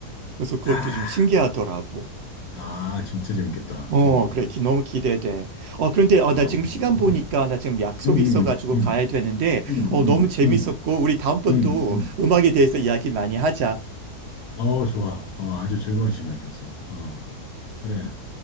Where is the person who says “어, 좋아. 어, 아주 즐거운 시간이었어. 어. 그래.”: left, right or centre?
Left